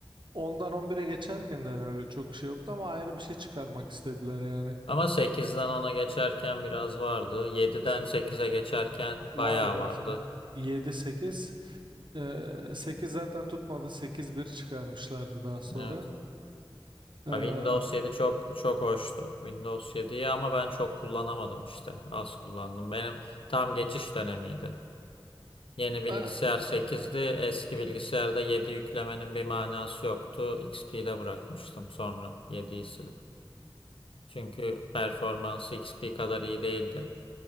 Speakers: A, on the right; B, on the left.
A: Ondan 11'e geçerken de hani öyle çok şey yoktu ama ayrı bir şey çıkarmak istediler yani.
B: ama sekizden ona geçerken biraz vardı. yediden sekize geçerken
A: Vardı
B: bayağı
A: o
B: vardı.
A: zaman. 7-8. Ee, 8 zaten tutmadı. 8-1 çıkarmışlardı daha sonra.
B: Evet.
A: Ee,
B: Ya Windows 7 çok çok hoştu. Windows 7'yi ama ben çok kullanamadım işte. Az kullandım. Benim tam geçiş dönemiydi. Yeni bilgisayar
A: ben
B: sekizdi, Eski bilgisayarda 7 yüklemenin bir manası yoktu. XP'de bırakmıştım sonra yediyi silip. Çünkü performansı XP kadar iyi değildi.